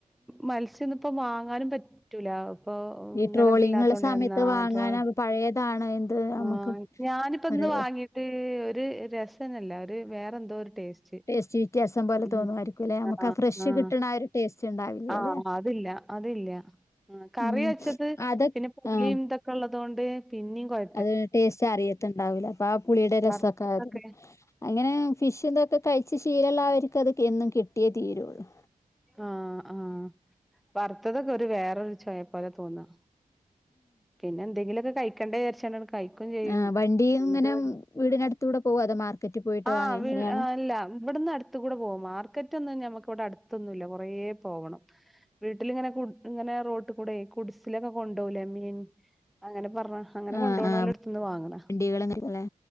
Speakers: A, in the centre; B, on the left.
A: മത്സ്യമൊന്നും ഇപ്പം വാങ്ങാനും പറ്റൂല അപ്പൊ
B: ഈ
A: ഇങ്ങനതില്ലാത്തോണ്ടന്നാ
B: ട്രോളിങ്ങുള്ള സമയത്ത് വാങ്ങാന
A: ട്രോൾ
B: പഴയതാണ് നമുക്ക്
A: ആഹ് ഞാനിപ്പ
B: പറയ
A: ഇന്ന് വാങ്ങീട്ട് ഒരു രസന്നില്ല ഒരു വേറെ എന്തോ ഒരു ടേസ്റ്റ്
B: ടേസ്റ്റ് വ്യത്യാസം പോലെ
A: ഉം
B: തോന്നുമായരിക്കും അല്ലെ നമുക്ക്
A: ആഹ്
B: ആ ഫ്രഷ്
A: ആഹ്
B: കിട്ടണ ആ ഒരു ടേസ്റ്റ് ഉണ്ടാവില്യ
A: ആഹ്
B: അല്ലെ
A: അതില്ല അതില്ല കറി
B: ഉം
A: വെച്ചത്
B: അതൊ
A: പിന്നെ പുളിയും
B: ആഹ്
A: ഇതൊക്കെ ഉള്ളത് കൊണ്ട് പിന്നെം കൊഴപ്പ
B: അത് ടേസ്റ്റ് അറിയത്തുണ്ടാവില്ല അപ്പൊ ആ പുളിയുടെ രസൊക്കെ
A: വറുത്തതൊക്കെ
B: അ അങ്ങനെ ഫിഷ് ഇതക്കെ കഴിച്ച ശീലമുള്ള അവർക്ക് അത് എന്നും കിട്ടിയേ തീരുള്ളൂ
A: ആഹ് ആഹ് വറുത്തതൊക്കെ ഒരു വേറെരു ചൊയ പോലെ തോന്നാ പിന്നെ എന്തെങ്കിലൊക്കെ കഴിക്കണ്ടെ വിചാരിച്ചാണ് കഴി ഴിക്കും ചെയ്യും
B: ആഹ് വണ്ടി ഇങ്ങനെ
A: എന്തുവാണ്
B: വീടിനടുത്തൂടെ പോവോ അതോ മാർക്കറ്റിൽ പോയിട്ട്
A: ആഹ്
B: വാങ്ങോ എങ്ങനെയാണ്
A: വീ ആല്ല ഇവിടു ത്തു കൂടെ പോകും മാർക്കറ്റ് ഒന്നും ഞമ്മക്ക് ഇവിടെ അടുത്തൊന്നുമില്ല കുറേ പോകണം വീട്ടിലിങ്ങനെ ഇങ്ങനെ റോട്ട് കൂടെ കുടിസിലൊക്കെ കൊണ്ടപോകലേ മീൻ അങ്ങനെ പറഞ്ഞ് അങ്ങനെ
B: ആഹ്
A: കൊണ്ടപോണല്ലോ
B: ആഹ്
A: അടുത്തുന്ന് വാങ്ങണം
B: വണ്ടികള്